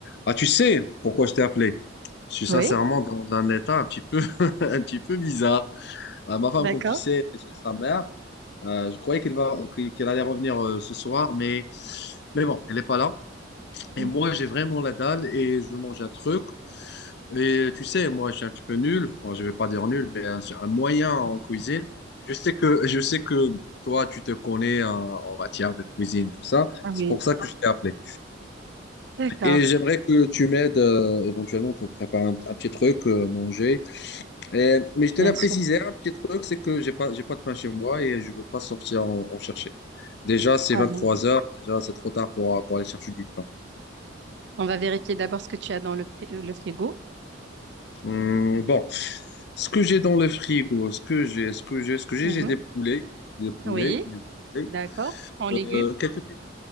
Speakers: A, on the left (about 60°); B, on the right (about 60°).
A: Ah, tu sais pourquoi je t'ai appelé? Je suis
B: Oui,
A: sincèrement dans un état un petit peu, <laughs> un petit peu bizarre. Euh, ma femme,
B: d'accord.
A: comme tu sais, est chez sa mère. Euh, je croyais qu'elle va, qu'elle allait revenir euh, ce soir, mais, mais bon, elle n'est pas là. Et
B: Mmh
A: moi, j'ai vraiment la dalle et je veux manger un truc. Et tu sais, moi, je suis un petit peu nul. Bon, je ne vais pas dire nul, mais un, un moyen en cuisine. Je sais que, je sais que toi, tu te connais en, en matière de cuisine, tout ça.
B: Ah
A: C'est
B: oui,
A: pour ça que je t'ai appelé.
B: d'accord,
A: Et j'aimerais que tu m'aides euh, éventuellement pour préparer un, un petit truc, euh, manger. Et- mais je tenais
B: bien
A: à
B: sûr.
A: préciser un petit truc, c'est que j'ai pas, j'ai pas de pain chez moi et je veux pas sortir en, en chercher. Déjà, c'est
B: Avant.
A: 23 heures, déjà c'est trop tard pour, pour aller chercher du pain.
B: On va vérifier d'abord ce que tu as dans le fri euh, le frigo.
A: Hum, bon, ce que j'ai dans le frigo, ce que j'ai, ce que j'ai, ce que j'ai,
B: Mmh
A: j'ai des poulets, des poulets,
B: Oui,
A: du poulet,
B: d'accord, en légumes.
A: euh, quelques pi-